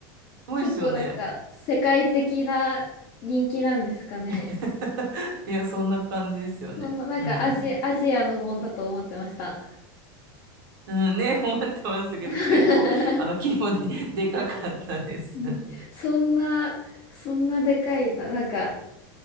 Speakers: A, on the right; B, on the left.
A: すごいですよね。
B: 結構なんか世界的な人気なんですかね。
A: <laughs> いや、そんな感じですよね。
B: そんななんかアジ、
A: うん。
B: アジアのもんだと思ってました。
A: うんね、思ってましたけど、
B: <laughs>
A: 結構、あの、規模で、でかかったです。
B: うんそんな、そんなでかいな。なんか、